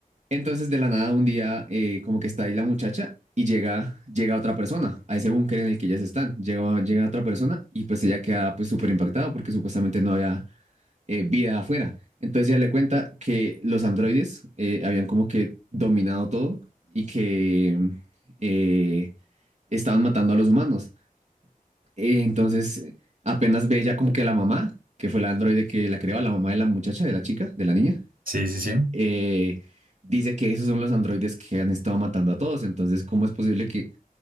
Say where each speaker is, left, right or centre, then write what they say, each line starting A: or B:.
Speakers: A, on the right; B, on the right.
A: Entonces, de la nada, un día, eh, como que está ahí la muchacha y llega, llega otra persona a ese búnker en el que ellas están. Llega, llega otra persona y pues ella queda pues súper impactada porque supuestamente no había, eh, vida afuera. Entonces ya le cuenta que los androides eh, habían como que dominado todo y que eh, estaban matando a los humanos. Eh, entonces eh, apenas ve ella como que la mamá, que fue la androide que la creó, la mamá de la muchacha, de la chica, de la niña,
B: Sí, sí, sí,
A: eh, dice que esos son los androides que han estado matando a todos. Entonces, ¿cómo es posible que